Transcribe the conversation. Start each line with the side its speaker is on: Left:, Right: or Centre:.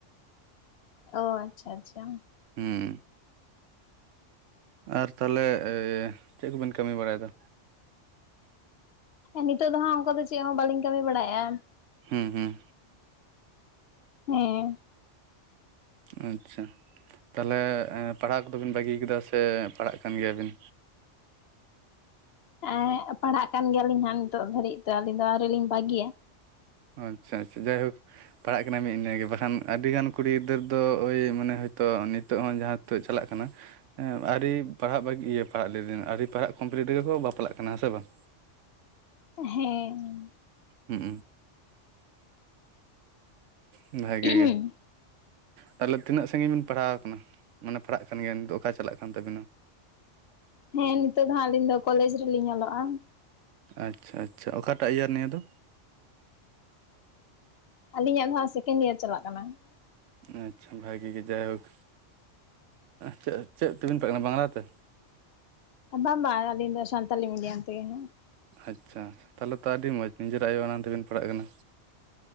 Left: ᱚ ᱟᱪᱪᱷᱟ ᱟᱪᱪᱷᱟ᱾
Right: ᱦᱩᱸ ᱟᱨ ᱛᱟᱦᱚᱞᱮ ᱪᱮᱫ ᱠᱚᱵᱮᱱ ᱠᱟᱹᱢᱤ ᱵᱟᱲᱟᱭᱮᱫᱟ?
Left: ᱱᱤᱛᱚᱜ ᱫᱚ ᱦᱟᱸᱜ ᱚᱱᱠᱟ ᱫᱚ ᱪᱮᱫ ᱦᱚᱸ ᱵᱟᱹᱞᱤᱧ ᱠᱟᱹᱢᱤ ᱵᱟᱲᱟᱭᱮᱜᱼᱟ᱾
Right: ᱦᱩᱸ ᱦᱩᱸ
Left: ᱦᱮᱸ,
Right: ᱟᱪᱷᱟ ᱛᱟᱦᱞᱮ ᱯᱟᱲᱦᱟᱜ ᱠᱚᱫᱚᱵᱤᱱ ᱵᱟᱹᱜᱤ ᱠᱮᱫᱟ ᱥᱮ ᱯᱟᱲᱦᱟᱜ ᱠᱟᱱ ᱜᱮᱭᱟᱵᱤᱱ?
Left: ᱮᱸ ᱯᱟᱲᱦᱟᱜ ᱠᱟᱱ ᱜᱮᱭᱟᱞᱤᱧ ᱦᱟᱸᱜ ᱱᱤᱛᱚᱜ ᱫᱷᱟᱹᱵᱤᱡ ᱛᱮ ᱟᱹᱞᱤᱧ ᱫᱚ ᱟᱹᱣᱨᱤ ᱞᱤᱧ ᱵᱟᱹᱜᱤᱭᱟ ᱾
Right: ᱟᱪᱪᱷᱟ ᱟᱪᱷᱟ ᱡᱟᱭᱦᱳᱠ, ᱯᱟᱲᱦᱟᱜ ᱠᱟᱱᱟᱭ ᱢᱤᱫ ᱤᱱᱟᱹᱜᱮ ᱵᱟᱠᱷᱟᱱ ᱟᱹᱰᱤᱜᱟᱱ ᱠᱩᱲᱤ ᱜᱤᱫᱟᱹᱨ ᱫᱚ ᱳᱭ ᱢᱟᱱᱮ ᱦᱳᱭᱛᱳ ᱱᱤᱛᱚᱜ ᱦᱚᱸ ᱡᱟᱦᱟᱸ ᱱᱤᱛᱚᱜ ᱪᱟᱞᱟᱜ ᱠᱟᱱᱟ, ᱦᱮᱸ ᱟᱹᱰᱤ ᱯᱟᱲᱦᱟᱜ ᱵᱟᱹᱜ ᱤᱭᱟᱹ ᱯᱟᱲᱦᱟᱜ ᱞᱮᱫᱟᱹᱧ ᱟᱹᱰᱤ ᱯᱟᱲᱦᱟᱜ ᱠᱚᱢᱯᱞᱤᱴ ᱨᱮᱜᱮ ᱠᱚ ᱵᱟᱯᱞᱟᱜ ᱠᱟᱱᱟ ᱦᱮᱸ ᱥᱮ ᱵᱟᱝ?
Left: ᱦᱮᱸ,
Right: ᱦᱩᱸ ᱩᱸ ᱵᱷᱟᱜᱮ
Left: ᱦᱮᱸ
Right: ᱜᱮ, ᱛᱟᱦᱚᱞᱮ ᱛᱤᱱᱟᱹᱜ ᱥᱟᱺᱜᱤᱧ ᱵᱤᱱ ᱯᱟᱲᱦᱟᱣ ᱠᱟᱱᱟ, ᱢᱟᱱᱮ ᱯᱟᱲᱦᱟᱜ ᱠᱟᱱ ᱜᱮᱭᱟ ᱱᱤᱛᱚᱜ ᱚᱠᱟ ᱪᱟᱞᱟᱜ ᱠᱟᱱ ᱛᱟᱹᱵᱤᱱᱟ?
Left: ᱦᱮᱸ ᱱᱤᱛᱚᱜ ᱫᱚ ᱦᱟᱸᱜ ᱟᱹᱞᱤᱧ ᱫᱚ ᱠᱚᱞᱮᱡᱽ ᱨᱮᱞᱤᱧ ᱚᱞᱚᱜᱼᱟ ᱾
Right: ᱟᱪᱪᱷᱟ ᱟᱪᱪᱷᱟ ᱚᱠᱟᱴᱟᱜ ᱤᱭᱟᱨ ᱱᱤᱭᱟᱹ ᱫᱚ?
Left: ᱟᱞᱤᱧᱟᱜ ᱫᱚ ᱦᱟᱸᱜ ᱥᱮᱠᱮᱱᱰ ᱤᱭᱟᱨ ᱪᱟᱞᱟᱜ ᱠᱟᱱᱟ ᱾
Right: ᱟᱪᱪᱷᱟ ᱵᱷᱟᱜᱤ ᱜᱮ, ᱡᱟᱭᱦᱳᱠ ᱪᱮᱫ ᱛᱮᱵᱤᱱ ᱯᱟᱜ ᱠᱟᱱᱟ ᱵᱟᱝᱞᱟᱛᱮ?
Left: ᱵᱟ ᱵᱟ ᱟᱞᱤᱧ ᱥᱛᱟᱞᱤ ᱢᱤᱰᱤᱭᱟ ᱛᱮ ᱜᱮ ᱾
Right: ᱟᱪᱪᱷᱟ ᱛᱟᱦᱚᱞᱮ ᱛᱚ ᱟᱹᱰᱤ ᱢᱚᱸᱡᱽ ᱱᱤᱡᱮᱨᱟᱜ ᱟᱭᱳ ᱟᱲᱟᱝ ᱛᱮᱵᱮᱱ ᱯᱟᱲᱦᱟᱜ ᱠᱟᱱᱟ,